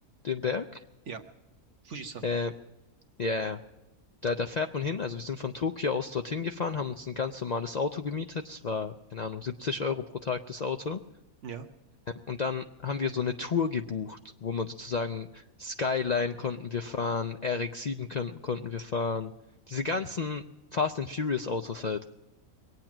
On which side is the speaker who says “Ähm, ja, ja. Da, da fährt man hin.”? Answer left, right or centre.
Left